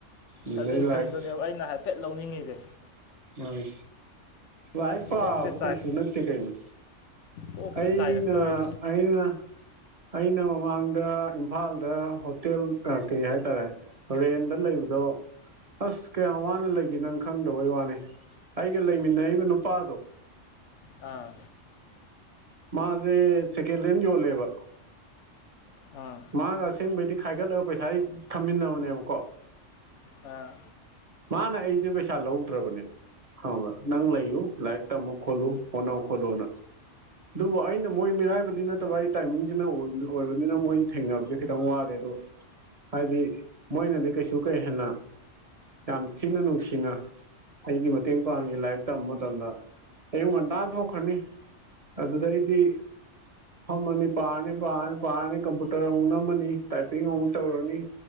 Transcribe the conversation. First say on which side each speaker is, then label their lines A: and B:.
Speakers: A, on the right (about 30°); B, on the left (about 70°).
A: ꯑꯗꯨꯗꯩ
B: ꯁꯖꯦꯁꯟꯗꯨꯅꯦꯕ
A: ꯂꯥꯏꯔꯤꯛ
B: ꯑꯩꯅ ꯍꯥꯏꯐꯦꯠ ꯂꯧꯅꯤꯡꯉꯤꯁꯦ
A: ꯃꯥꯅꯤ ꯂꯥꯢꯛ ꯄꯥꯕꯨ
B: ꯀꯣꯛꯁꯦ ꯆꯥꯏ
A: ꯀꯩꯁꯨ ꯅꯠꯇꯦ ꯀꯩꯅꯣ
B: ꯀꯣꯛꯁꯦ
A: ꯑꯩꯅ
B: ꯆꯥꯏꯔꯛꯇꯧꯔꯦ
A: ꯑꯩꯅ ꯑꯩꯅ ꯃꯃꯥꯡꯗ ꯏꯝꯐꯥꯜꯗ ꯍꯣꯇꯦꯜ ꯀꯩ ꯍꯥꯏꯇꯥꯔꯦ ꯔꯦꯟꯗ ꯂꯩꯕꯗꯣ ꯑꯁ ꯀꯌꯥꯝ ꯋꯥꯅ ꯂꯩꯒꯤ ꯅꯪ ꯈꯪꯗꯕꯩ ꯋꯥꯅꯤ꯫ ꯑꯩꯒ ꯂꯩꯃꯤꯟꯅꯔꯤꯕ ꯅꯨꯄꯥꯗꯣ꯫
B: ꯑꯥ꯫
A: ꯃꯥꯁꯦ ꯁꯦꯀꯦꯟ ꯍꯦꯟ ꯌꯣꯜꯂꯦꯕ꯫
B: ꯑꯥ꯫
A: ꯃꯥꯒ ꯑꯁꯦꯡꯕꯩꯗꯤ ꯈꯥꯏꯒꯠꯂꯒ ꯄꯩꯁꯥ ꯊꯝꯃꯤꯟꯅꯕꯅꯦꯕꯀꯣ꯫
B: ꯑ꯫
A: ꯃꯥꯅ ꯑꯩꯁꯦ ꯄꯩꯁꯥ ꯂꯧꯗ꯭ꯔꯕꯅꯦ ꯈꯪꯕ꯭ꯔ ꯅꯪ ꯂꯩ ꯏꯌꯨ ꯂꯥꯏꯔꯤꯛ ꯇꯝꯃꯨ ꯈꯣꯟꯂꯨ ꯍ‌ꯣꯠꯅꯧ ꯈꯣꯠꯅꯧꯅ꯫ ꯑꯗꯨꯕꯨ ꯑꯩꯅ ꯃꯣꯏ ꯃꯤꯔꯥꯏꯕꯗꯤ ꯅꯠꯇꯕ ꯑꯩ ꯇꯥꯏꯃꯤꯡꯁꯤꯅ ꯑꯣꯏꯕꯅꯤꯅ ꯃꯣꯏ ꯊꯦꯡꯅꯕꯁꯦ ꯈꯤꯇꯪ ꯋꯥꯔꯦ ꯑꯗꯣ ꯍꯥꯏꯗꯤ ꯃꯣꯏꯅꯗꯤ ꯀꯩꯁꯨ ꯀꯩ ꯍꯦꯟꯅ ꯌꯥꯝ ꯊꯤꯅ ꯅꯨꯡꯁꯤꯅ꯫ ꯑꯩꯒꯤ ꯃꯇꯦꯡ ꯄꯥꯡꯉꯤ ꯂꯥꯏꯔꯤꯛ ꯇꯝꯕ ꯃꯇꯝꯗ ꯑꯌꯨꯛ ꯉꯟꯇꯥꯅ ꯊ‌ꯣꯛꯈ꯭ꯔꯅꯤ ꯑꯗꯨꯗꯩꯗꯤ ꯐꯥꯝꯃꯅꯤ ꯄꯥꯅꯤ ꯄꯥꯅꯤ ꯄꯥꯅꯤ ꯀꯝꯄ ꯄꯨꯇꯔ ꯑꯃꯨꯛ ꯅꯝꯃꯅꯤ ꯇꯥꯏꯄꯤꯡ ꯑꯃꯨꯛ ꯇꯧꯔꯅꯤ